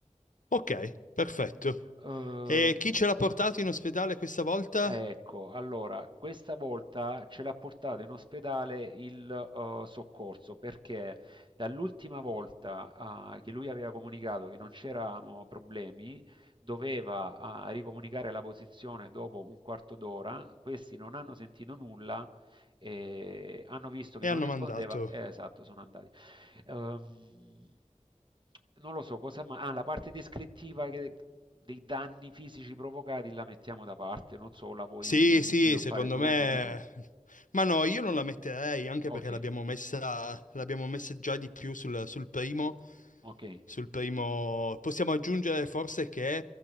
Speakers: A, on the left; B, on the right.
A: ok, perfetto.
B: Ehm,
A: E chi ce l'ha portato in ospedale questa volta?
B: ecco, allora, questa volta ce l'ha portato in ospedale il eh, soccorso perché dall'ultima volta eh, che lui aveva comunicato che non c'erano problemi, doveva eh, ricomunicare la posizione dopo un quarto d'ora, questi non hanno sentito nulla e hanno visto che
A: E
B: non
A: hanno
B: rispondeva,
A: mandato.
B: eh, esatto, sono andati. Ehm, non lo so cosa, ma ah, la parte descrittiva che- dei danni fisici provocati la mettiamo da parte, non so, la vuoi
A: Sì, sì,
B: sviluppare
A: secondo
B: tu?
A: me.
B: Dimmi tu.
A: Ma no, io non la metterei anche
B: Ok,
A: perché l'abbiamo messa, l'abbiamo messa già di più sul, sul primo.
B: ok.
A: Sul primo. Possiamo aggiungere forse che